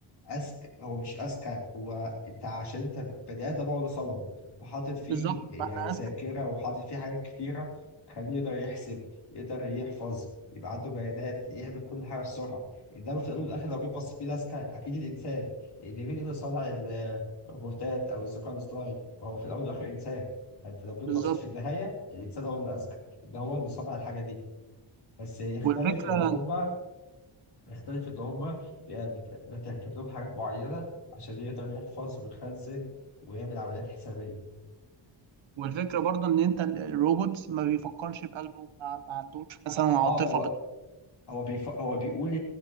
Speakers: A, on the left; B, on the right.
A: اذكى هو مش اذكى هو انت عشان انت بدأت بقعد صنعه وحاطط فيه
B: بالظبط
A: يعني
B: احنا
A: ذاكره
B: اذكى
A: وحاطط فيه حاجات كتيره خليه يقدر يحسب يقدر يحفظ يبقى عنده بيانات يعمل كل حاجه بسرعه انما في الاول والاخر لو جيت بصيت بيه اذكى اكيد الانسان اللي مين يقدر يصنع ال- الروبوتات او الذكاء الاصطناعي ما هو في الاول والاخر انسان فانت لو جيت
B: بالظبط
A: بصيت في النهايه الانسان هو اللي اذكى ده هو اللي صنع الحاجه دي بس يختلف
B: والفكره
A: ان هما بيختلف إن هما بي- بت- بتركب لهم حاجات معينة عشان يقدر يحفظ ويخزن ويعمل عمليات حسابية.
B: والفكره برضو ان انت ال- الروبوت ما بيفكرش بقلبه ما, ما عندوش مثلا عاطفه
A: اه هو
B: بت-
A: هو بيف... هو بيقول